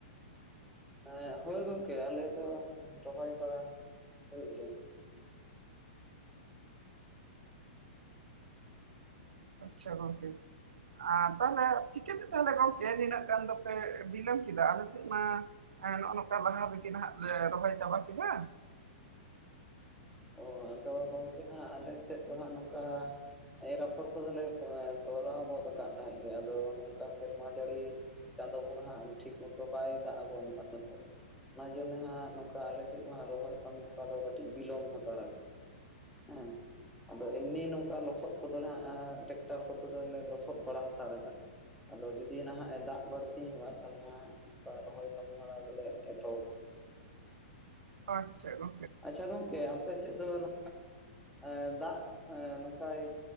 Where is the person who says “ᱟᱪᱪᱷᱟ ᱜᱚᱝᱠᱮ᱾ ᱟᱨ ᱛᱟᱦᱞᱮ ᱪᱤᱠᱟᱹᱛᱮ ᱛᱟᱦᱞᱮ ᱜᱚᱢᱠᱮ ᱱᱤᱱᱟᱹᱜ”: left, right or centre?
Right